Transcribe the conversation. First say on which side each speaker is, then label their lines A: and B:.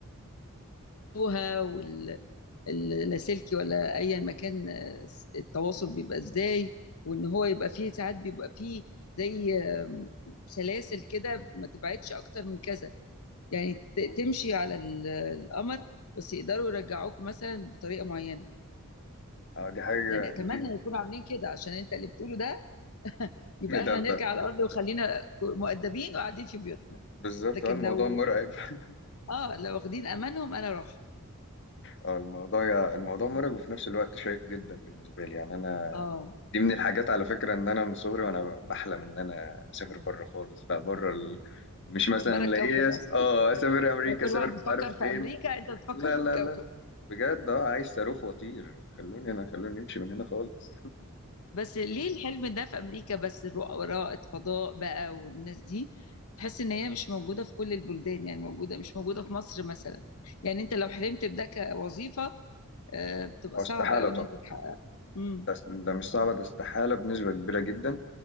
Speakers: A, on the left; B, on the left.
A: بيلبسوها وال اللاسلكي ولا ايا مكان التواصل بيبقى ازاي وان هو يبقى فيه ساعات بيبقى فيه زي سلاسل كده ما تبعدش اكتر من كذا يعني
B: موت
A: ت- تمشي على ال- القمر بس يقدروا يرجعوك مثلا بطريقه معينه
B: اه دي حاجة
A: يعني اتمنى
B: دي
A: يكونوا عاملين كده عشان انت اللي بتقوله ده يبقى
B: إيه ده
A: احنا نرجع
B: ده-
A: على الارض وخلينا مؤدبين وقاعدين في بيوتنا
B: بالظبط
A: لكن
B: اه الموضوع
A: لو
B: مرعب <laughs>
A: اه لو واخدين امانهم انا اروح
B: اه الموضوع الموضوع مرعب وفي نفس الوقت شيق جدا بالنسبة لي يعني أنا
A: اه
B: دي من الحاجات على فكرة إن أنا من صغري وأنا بحلم إن أنا أسافر بره خالص بقى بره ال... مش مثلا
A: بره الكوكب
B: لاقيه
A: اصلا
B: اه أسافر أمريكا
A: يعني كل
B: أسافر
A: واحد
B: مش
A: بيفكر
B: عارف
A: في
B: فين
A: امريكا انت بتفكر
B: لا
A: في
B: لا
A: الكوكب
B: لا لا بجد اه عايز صاروخ وأطير خلوني أنا خلوني أمشي من هنا خالص
A: بس ليه الحلم ده في امريكا بس الرؤى فضاء بقى والناس دي تحس ان هي مش موجوده في كل البلدان يعني موجوده مش موجوده في مصر مثلا يعني انت لو حلمت بده كوظيفه آه، بتبقى
B: اه
A: صعب
B: استحالة
A: قوي
B: طبعا
A: ان انت تحققها امم
B: ده ده مش صعبة ده استحالة بنسبة كبيرة جدا